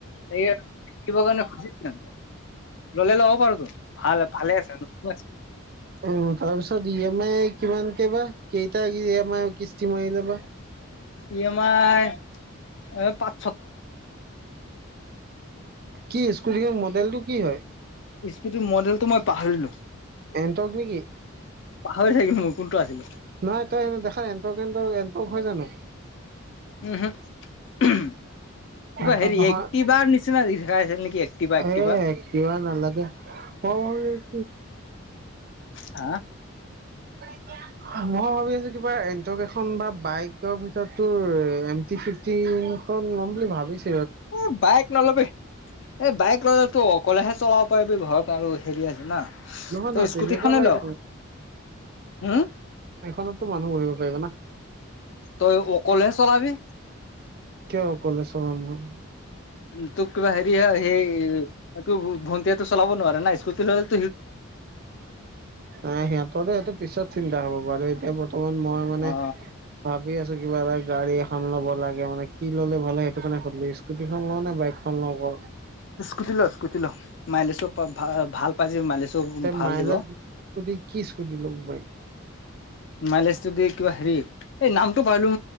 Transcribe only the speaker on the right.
অ তাৰ পিছত ই এম আই কিমান কেই বা কেইটা ই এপ কিস্তি মাইলেবাহ।
কি স্কুটীং মডেলটো কি হয়?
এনটক নিকি।
নাই তই এ দেখাই এনটক এনটকএনটক হয় জানো।
এণ্টৰ্ক
নহয়,
এ কিবা নালাগে কৰাটো।
ক। মই ভাবি আছো কিবা এনটক এখন বা বাইকৰ ভিতৰত তোৰ এম টি ফিফটিনখন ল'ম বুলি ভাবিছো।
নহয়
নহয় তেনেকুৱা
বাইক
নলওঁ,
এখনততো মানুহ বহিব পাৰিব না।
কিয় অকলে চালাম মই।
অঁ সিহঁতৰ সেটো পিছত চিন্তা হব বাৰু এতিয়া বত অন মই মানে
ভাবি আছো কিবা এটা গাড়ী এখন ল'ব লাগে মানে কি ল'লে ভাল হয় সেইটো কাৰণে সুধিলো স্কুটিখন লওঁ নে বাইকখন লওঁ ক।
তে
মাইলেজ
স্কুটি কি স্কুটি ল'ব পাৰি